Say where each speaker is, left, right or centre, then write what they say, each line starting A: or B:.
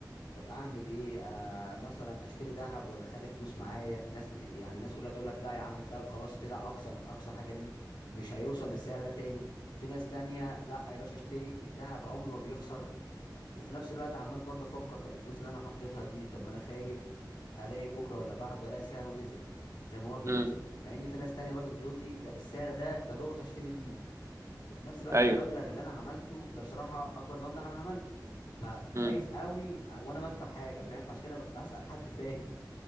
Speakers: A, on the left; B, on the right.
A: طب اعمل ايه آه مثلا اشتري ذهب ولا اخلي فلوس معايا الناس بت... يعني الناس كلها تقول لك لا يا عم الذهب خلاص طلع اقصى اقصى حاجه ليه مش هيوصل للسعر ده تاني في ناس تانية لا يا باشا اشتري الذهب عمره ما بيخسر وفي نفس الوقت عمال برضه افكر طب الفلوس اللي انا حطيتها دي طب ما انا خايف الاقي بكره ولا بعده الاقي سعره نزل زي ما هو بينزل
B: امم
A: مع ان في ناس تانية برضه بتقول لي ده السعر ده ده لقطه اشتري بيه وفي نفس الوقت
B: ايوه
A: المبلغ اللي انا عملته ده بصراحه اكبر مبلغ انا عملته فخايف
B: مم.
A: قوي وانا بدفع حاجه فاهم فعشان كده ب- بسال حد فاهم